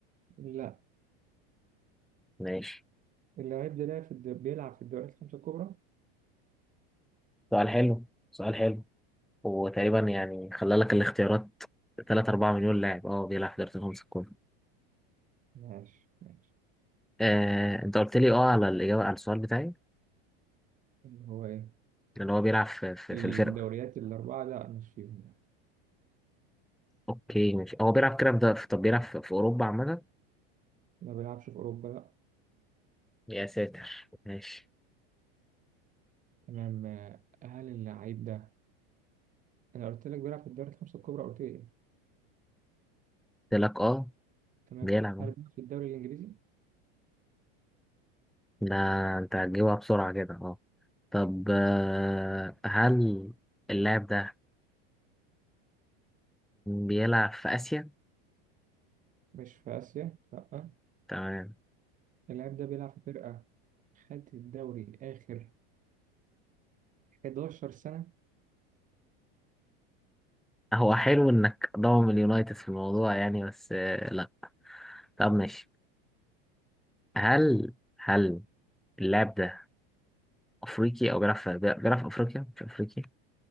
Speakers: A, on the right; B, in the centre.
A: لا
B: ماشي
A: اللعيب ده لعب في الد- بيلعب في الدوريات الخمسه الكبرى
B: سؤال حلو سؤال حلو وتقريبا يعني خلى لك الاختيارات 3 4 مليون لاعب اه بيلعب في دوري الخمسة الكبرى
A: ماشي ماشي
B: آه انت قلت لي اه على الاجابه على السؤال بتاعي
A: اللي هو ايه
B: اللي هو بيلعب في, في,
A: الدوريات
B: في الفرقه
A: الأربعة لا مش فيهم لا
B: اوكي ماشي هو بيلعب كده في ده طب بيلعب في, في اوروبا عامه
A: ما بيلعبش في أوروبا لا
B: يا ساتر ماشي
A: تمام آه، هل اللعيب ده أنا قلت لك بيلعب في الدوري الخمسة الكبرى قلت لي إيه
B: قلت لك اه
A: تمام
B: بيلعب
A: هل
B: اه
A: بيلعب في الدوري الإنجليزي
B: ده انت هتجيبها بسرعه كده اه طب آه هل اللاعب ده بيلعب في اسيا
A: مش في آسيا لا
B: تمام
A: اللاعب ده بيلعب في فرقة خدت الدوري آخر 11 سنة
B: هو حلو انك ضامن اليونايتد في الموضوع يعني بس آه لا طب ماشي هل هل اللاعب ده افريقي او بيلعب في بيلعب في افريقيا مش افريقي